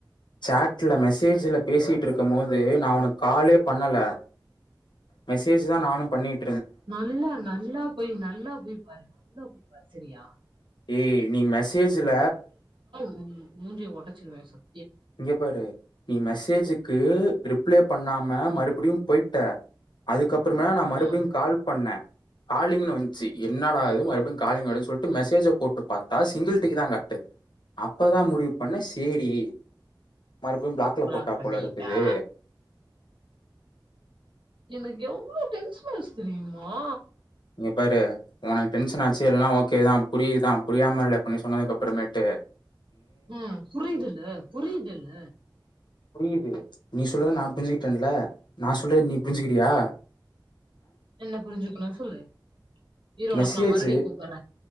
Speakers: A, on the left (about 65°); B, on the right (about 85°).
A: சாட் ல மெசேஜ்ல பேசிட்டு இருக்கு மோது நான் உனக்கு காலே பண்ணல மெசேஜ் தான் நானும் பண்ணிட்டு
B: நல்லா நல்லா போய் நல்லா போய் பாரு நல்லா போய் பாரு சிரியா
A: ஏய் நீ மெசேஜ்ல
B: உ மூஞ்சு ஒடச்சுருவேன் சார்
A: இங்க பாரு நீ மெசேஜ்க்கு ரிப்பிளே பண்ணாம மறுபடியும் போயிட்ட அதுக்கப்புற அப்பறமே நான் மறுபடியும்
B: ம்.
A: கால் பண்ணேன் காலிங்ன்னனு வந்துச்சு என்னடாது மறுபடியும் காலிங்னு சொல்லிட்டு மெசேஜ போட்டு பார்த்தா சிங்கிள் டிக்கு தான் காட்டுது அப்பதான் முடிவு பண்ண செரி மறுபடியும் பிளாக்ல
B: பிளாக்
A: போட்டா
B: பண்ணிட்டா.
A: போல இருக்குது
B: எனக்கு எவ்ளோ டென்ஷன் ஆச்சு தெரியுமா
A: இங்க பாரு உனக்கு டென்ஷன் ஆச்சு எல்லாம் ஓகேதான் புரியதான் புரியாம இல்ல இப்பண்ணி சொன்னதுக்கு அப்பறமேட்டு
B: உஹம் புரியுதுல்ல புரியுதுல்ல
A: புரியுது நீ சொல்றத நான் புரிஞ்சுக்கிட்டேன்ல நான் சொல்ற நீ புரிஞ்சுகிறியா
B: என்ன புரிஞ்சுக்கணும் சொல்லு இரு உனக்கு
A: மெசேஜ்
B: நான மறுபுடியும் கூப்பறேன்